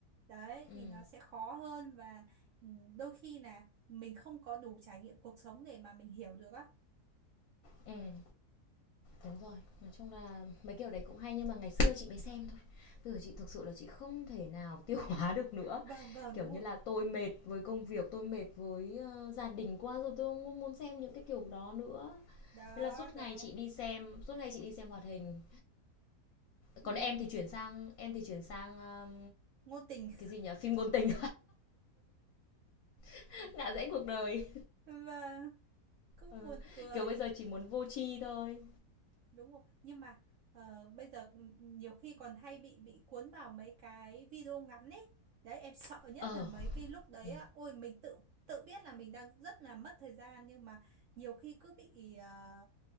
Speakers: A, on the right; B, on the left.
A: đấy
B: ừm,
A: thì nó sẽ khó hơn và ừ, đôi khi là mình không có đủ trải nghiệm cuộc sống để mà mình hiểu được á
B: ừm. Đúng rồi, nói chung là mấy kiểu đấy cũng hay nhưng mà ngày xưa chị mới xem thôi. Bây giờ chị thực sự là chị không thể nào tiêu <laughs> hóa được nữa.
A: vâng vâng
B: Kiểu
A: đúng
B: như
A: rồi
B: là tôi mệt với công việc, tôi mệt với, ơ, gia đình quá rồi, tôi không muốn xem những cái kiểu đó nữa.
A: đó
B: thế là suốt
A: đó
B: ngày chị đi xem suốt ngày chị đi xem hoạt hình
A: ừ.
B: còn em thì chuyển sang em thì chuyển sang um,
A: ngôn tình
B: cái gì nhỉ phim ngôn tình <laughs> ngã rẽ cuộc đời
A: <laughs> và cũng
B: ừ.
A: buồn cười
B: kiểu bây giờ chỉ muốn vô tri thôi
A: đúng không nhưng mà ờ, bây giờ ừ, ừ, nhiều khi còn hay bị bị cuốn vào mấy cái video ngắn ấy đấy em sợ nhất
B: ờ
A: là mấy cái lúc đấy
B: ừ.
A: á ôi mình tự tự biết là mình đang rất là mất thời gian nhưng mà nhiều khi cứ bị ờ,